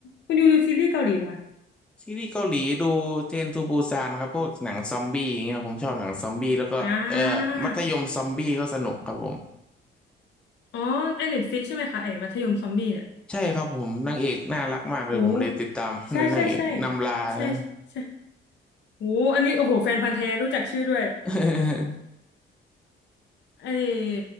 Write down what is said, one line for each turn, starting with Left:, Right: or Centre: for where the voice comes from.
Left: คุณดูดูซีรีส์เกาหลีไหมคะ
Centre: ซีรีส์เกาหลีดูเทรนทูบูซานครับพวกหนังซอมบี้อย่างเงี้ยผมชอบหนังซอมบี้แล้วก็เอ่อมัธยมซอมบี้ก็สนุกครับผม
Left: อ่าอ๋อไอเน็ตฟิกใช่ไหมคะไอมัธยมซอมบี้เนี่ย
Centre: ใช่ครับผมนางเอกน่ารักมากเลยผมเลยติดตาม
Left: โห
Centre: <laughs>
Left: ใช่ใช่ใช่
Centre: นนางเอกนำลานะ
Left: ใช่ใช่โหอันนี้โอ้โหแฟนพันธุ์แท้รู้จักชื่อด้วย
Centre: <laughs>
Left: ไอ